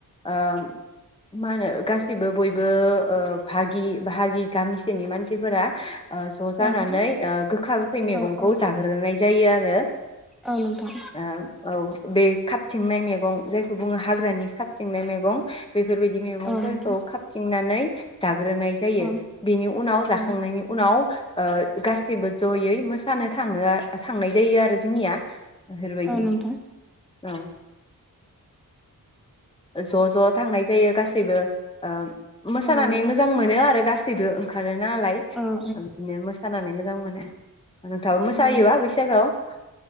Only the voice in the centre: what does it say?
औ नोंथां
औ औ
औ नोंथां
औ नोंथां
औ
औ
नोंथां
औ नोंथां
औ नोंथां
औ
औ